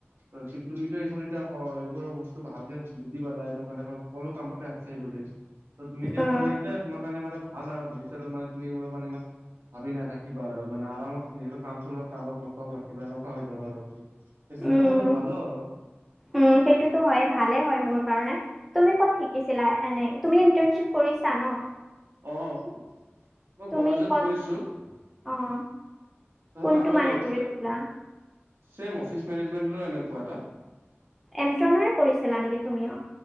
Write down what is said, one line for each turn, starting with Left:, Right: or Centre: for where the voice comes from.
Right: ত' কিন্তু তুমিতো এইবোৰ এতিয়া এইবোৰৰ বস্তু ভালকে বুজি পালা এনেকুৱা এনেকুৱা সকলো কামতে আছেই বুলি। ত তুমি দেঅ
Centre: উম
Right: মানে এতিয়া তোমাৰ কাৰানে মা- ভাল আৰু ভৱিষ্যতৰ মানে তুমি এইবোৰ মানে ইমান ভাবি নাথাকিবা আৰু। মানে আৰামত নিজৰ কাম চলোৱাত কামত মস্তব ৰাখিবা এনেকুৱা হৈ যাব আৰু তুমি। সেনকা
Centre: উম
Right: হ'লে ভাল আৰ।
Centre: উম সেইটোতো হয় ভালে হয় মোৰ কাৰণে তুমি ক'ত শিকিছিলা? এনে তুমি ইণ্টাৰ্ণশ্বিপ কৰিছা ন?
Right: অহ মই
Centre: তুমি
Right: কলেজত
Centre: ক'ত
Right: কৰিছো।
Centre: অ কোনটো
Right: তাৰ আৰু
Centre: মানে
Right: কি এক্সট্ৰা
Centre: কৰিছিলা
Right: অফিচ মেনেজমেন্টৰ এনেকুৱা এটা।
Centre: এমট্ৰনৰে পৰিছিলা নেকি তুমিও?